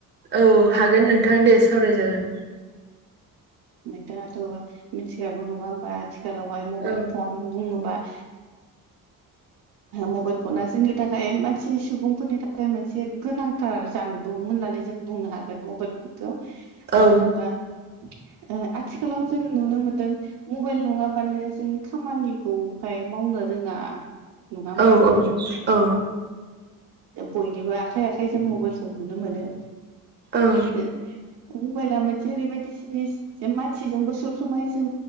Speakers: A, on the right (about 30°); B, on the right (about 80°).
A: औ हागोन नोंथां दे सावरायजागोन।
B: नोंथांङाथ' मिथिखागौ नंङा होमबा आथिखालावहाय मबाइल
A: औ
B: फन बुंङोबा मबाइल फना जोंनि थाखाय मानसि सुबुंफोरनि थाखाय मोनसे गोनां थार जानबुं होननानै जों बुंनो हागोन मबाइलफनखौ
A: औ
B: मानो होनबा ओ आथिखालाव जों नुनो मोनदों मबाइल नंङाबानो जों खामानिखौहाय मावनो रोंङा। नंङा होमबा
A: औ औ
B: बयनिबो आखाइ आखाइजों मबाइलखौ नुनो मोनो।
A: औ
B: ओ मबाइला मोनसे ओरैबायदि जिनिस जे मानसिजोंबो सब समाय जों